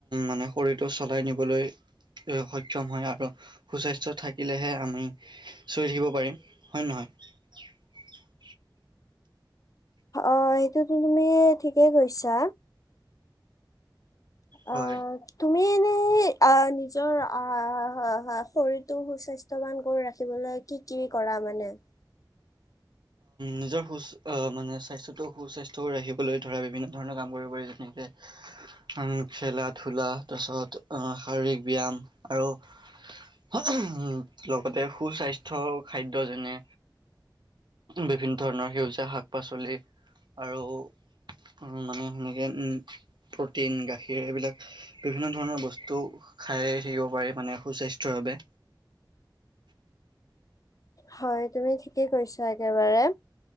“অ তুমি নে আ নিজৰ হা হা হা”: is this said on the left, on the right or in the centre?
Left